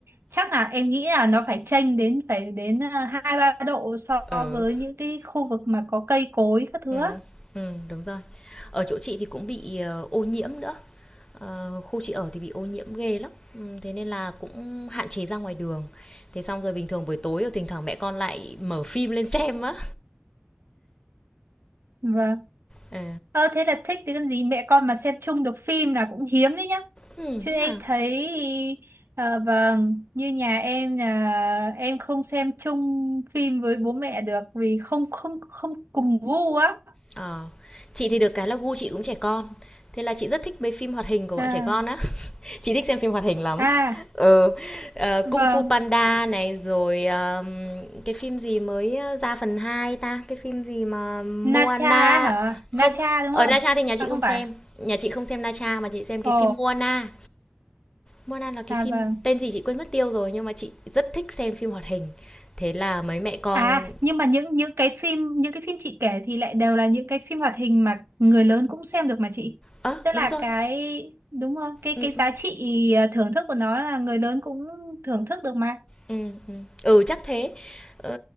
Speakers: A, on the right (about 85°); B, on the left (about 20°).
A: chắc là em nghĩ là nó phải chênh đến phải đến ờ, hai ba độ so
B: Ừ.
A: với những cái khu vực mà có cây cối các thứ
B: Ừ.
A: á.
B: Ừ, đúng rồi. Ở chỗ chị thì cũng bị ờ, ô nhiễm nữa. Ờ, khu chị ở thì bị ô nhiễm ghê lắm. Ừ, thế nên là cũng hạn chế ra ngoài đường. Thế xong rồi bình thường buổi tối thì thỉnh thoảng mẹ con lại mở phim lên xem á.
A: vâng
B: Ừ.
A: ờ thế là thích thì cần gì mẹ con mà xem chung được phim là cũng hiếm đấy nhá
B: Ừm,
A: chứ
B: thế
A: em
B: hả?
A: thấy ờ, vâng như nhà em là em không xem chung phim với bố mẹ được vì không không không cùng gu á
B: Ờ. Chị thì được cái là gu chị cũng trẻ con, thế là chị rất thích mấy phim hoạt hình của bọn
A: à
B: trẻ con á. <laughs> Chị thích xem phim hoạt hình lắm.
A: à
B: Ừ, ờ,
A: vâng
B: Kung Fu Panda này, rồi, ờm, cái phim gì mới, ờ, ra phần 2 ta? Cái phim gì mà Moana
A: Nacha á hả
B: không,
A: Nacha đúng
B: ở
A: không
B: Na Tra thì nhà
A: à
B: chị
A: không
B: không xem,
A: phải à?
B: nhà chị không xem Na Tra mà chị xem cái
A: Ồ
B: phim Moana. Moana là cái phim
A: À vâng.
B: tên gì chị quên mất tiêu rồi, nhưng mà chị rất thích xem phim hoạt hình. Thế là mấy mẹ con
A: À nhưng mà những những cái phim những cái phim chị kể thì lại đều là những cái phim hoạt hình mà người lớn cũng xem được mà chị.
B: ơ,
A: Tức
B: đúng
A: là
B: rồi,
A: cái đúng không? Cái
B: ừm,
A: cái giá
B: ừm.
A: trị ờ, thưởng thức của nó là người lớn cũng thưởng thức được mà.
B: Ừm, ừm. Ừ, chắc thế. Ờ,